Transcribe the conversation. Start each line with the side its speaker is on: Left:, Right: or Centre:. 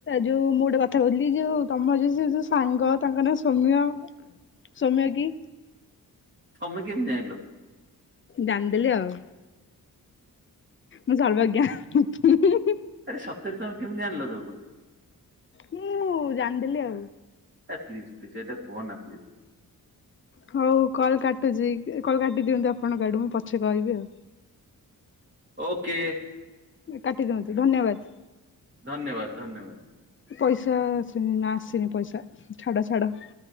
Left: ଯୋଉ ମୁଁ ଗୋଟେ କଥା କହୁଥିଲି ଯଉ ତମ ଯଉ ସେ ଯୋଉ ସାଙ୍ଗ ତାଙ୍କ ନା ସୌମ୍ୟ। ସୌମ୍ୟାଗି।
Right: ଥମେ କେମିତି ଜାଇଁଲ?
Left: ଜାଣ୍ ଦେଲି ଆଉ। ମୁଁ ସର୍ବଜ୍ଞ। <unintelligible>
Right: ଆରେ ସତରେ ତମେ କେମତି ଜାଣଲ ତାକୁ?
Left: ମୁଁ ଜାଣିଦେଲି ଆଉ।
Right: ଏ ପ୍ଲିଜ୍ ପ୍ଲିଜ୍ ଏଟା କୁହନା ପ୍ଲିଜ୍!
Left: ହଉ କଲ୍ କାଟୁଚି। କଲ୍ କାଟି ଦିଅନ୍ତୁ ଆପଣଙ୍କ ଆଡୁ। ମୁଁ ପଛେ କହିବି ଆଉ।
Right: ଓକେ!
Left: କାଟି ଦିଅନ୍ତୁ, ଧନ୍ୟବାଦ।
Right: ଧନ୍ୟବାଦ୍ ଧନ୍ୟବାଦ୍।
Left: ପଇସା ଆସିନି, ନା ଆସିନି ପଇସା। ଛାଡ ଛାଡ! ତା